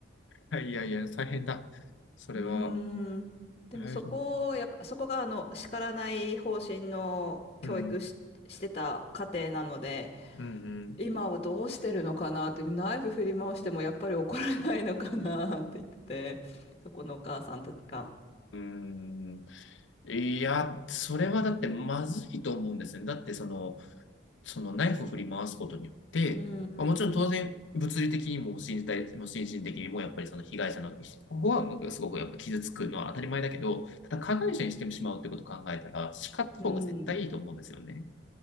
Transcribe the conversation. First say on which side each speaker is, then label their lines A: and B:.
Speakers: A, on the left; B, on the left.
A: はい、いやいや、大変だ。それは、
B: うーん。でもそこを、
A: はい、うん、
B: やっぱ、そこがあの、叱らない方針の教育し、
A: うん、
B: してた家庭なので、
A: うん。
B: 今はどうしてるのかなって、ナイフ振り回してもやっぱり怒らないのかなって言ってて、そこのお母さんたちが。
A: うーん。いや、それはだってまずいと思うんですよね。だってその、そのナイフを振り回すことによって、
B: うんうん
A: まあ、もちろん当然物理的にも身体、も心身的にもやっぱりその被害者の、ここはすごくやっぱ傷つくのは当たり前だけど、ただ加害者にしてしまうということを考えたら、叱った方が絶対いいと思うんですよね。
B: うん。うん